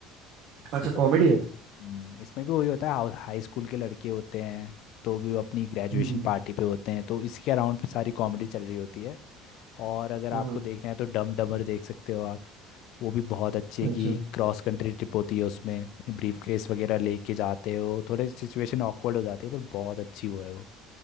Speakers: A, on the left; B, on the right.
A: सुपर
B: अच्छा कॉमेडी है
A: हम्म, इसमें भी वही होता है हाउ- हाई स्कूल के लड़के होते हैं तो भी वो अपनी ग्रेजुएशन
B: हम्म,
A: पार्टी पे होते हैं तो इसके अराउंड सारी कॉमेडी चल रही होती है और अगर आपको
B: हाँ हाँ,
A: देखना है तो डम डमर देख सकते हो आप वो भी बहुत अच्छे
B: अच्छा
A: की क्रॉस कंट्री ट्रिप होती है उसमें ब्रीफ केस वगैरह लेके जाते हो थोड़े सिचुएशन ऑकवर्ड हो जाती है पर बहुत अच्छी वो है वो